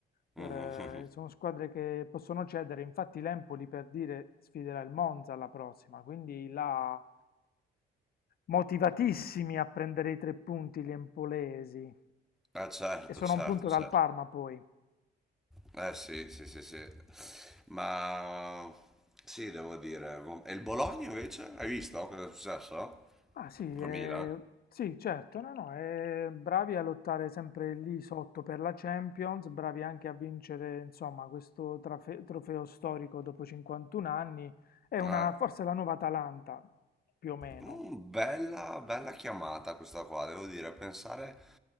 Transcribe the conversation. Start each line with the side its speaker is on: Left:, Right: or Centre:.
Left: eh,
Centre: <laughs>
Left: sono squadre che possono cedere, infatti l'Empoli per dire sfiderà il Monza alla prossima, quindi là motivatissimi a prendere i tre punti gli empolesi.
Centre: Ah, certo,
Left: E sono
Centre: certo,
Left: a un punto dal
Centre: certo.
Left: Parma poi.
Centre: Eh sì, sì, sì, sì. Ma sì, devo dire. E il Bologna invece? Hai visto cosa è successo?
Left: Ah sì,
Centre: Con
Left: eh,
Centre: Milan?
Left: sì, certo, no, no, eh, bravi a lottare sempre lì sotto per la Champions, bravi anche a vincere, insomma, questo trafe- trofeo storico dopo 51 anni. È una,
Centre: Eh,
Left: forse la nuova Atalanta, più o meno.
Centre: mm, bella, bella chiamata questa qua, devo dire. Pensare